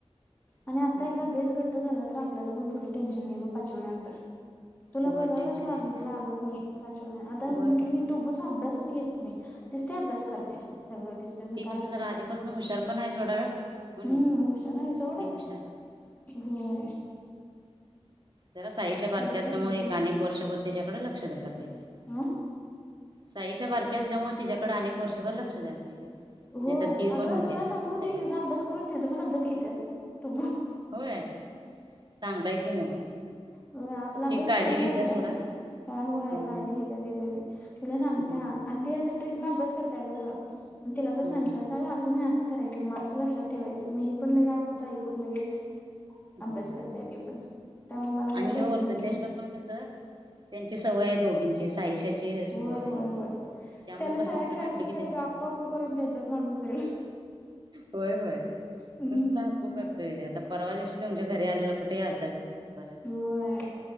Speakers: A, on the left; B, on the right.
A: आणि
B: तेच
A: आता
B: म्हटलं
A: एकदा बेस घट्ट झाला तर आप.. आपल्याला पण पुढं टेन्शन नाही ग पाचवीनंतर... तुला
B: होय
A: बघायलाच
B: टेन्शन
A: लाग
B: येत नाही
A: लागत नाही पाचवी आता
B: होय होय
A: मी टोबू.. अभ्यासच घेत नाही तीज ती अभ्यास करते. सगळं तीच तीच
B: ती
A: काय
B: कसं
A: असल
B: जरा आधीपासून
A: ते
B: हुशार पण आहे सोडा हो नाही
A: हम्म हुशार आहे सोड...
B: ती हुशारच आहे
A: होय.
B: जरा साईश बारकी
A: तिचं
B: असल्यामुळे
A: काय गं
B: एक आणि वर्षभर... तिच्याकडे लक्ष द्यायला. पाहिजे.
A: हा
B: साईशा बारकी असल्यामुळे तिच्याकडे... आणि एक वर्षभर लक्ष द्यायला पाहिजे.
A: होय
B: नाहीतर ती
A: अगं
B: पण होते
A: तुला सांगू
B: तयार
A: ती तिचा अभ्यास करून तिचा पण अभ्यास घेते. <inaudible>
B: होय चांगला हाय कि मग...
A: अ आपला अभ्यास
B: ती काळजी
A: पूर्ण
B: घेत्या
A: करता
B: सोडा
A: काय होय
B: हम्म
A: काळजी घेतल्यास ती.... ज... तुला सांगतीया
B: हम्म
A: आणि ते असं.. ट्रिक नं अभ्यास करतीया गं.. तिला पण
B: हा
A: सांगतीया अग असं नाही असं.. करायच मग असं लक्षात ठेवायचं मग ही पण लगेच आतुच आईकून लगेच...
B: होय
A: अभ्यास करताय ते पण.. त्यामुळे मला काय
B: आणि हे
A: टेन्शन
B: वरचा
A: नाही
B: देशला पण कसं त्यांची... सवय दोघींची साहिशाची... <unintelligible>
A: होय होय होय
B: त्यामुळे
A: त्याला
B: कस
A: शाळेत
B: तिथं घातलं
A: घातलीस
B: की त्यांच्या
A: तर त्यो आक्कू आक्कू करून त्यांच्याच माग फिरेल
B: होय होय
A: हम्म
B: नुसतं हागु करतोय परवा दिवशी तुमच्या घरी आलेला कुठे आलता तो परत
A: होय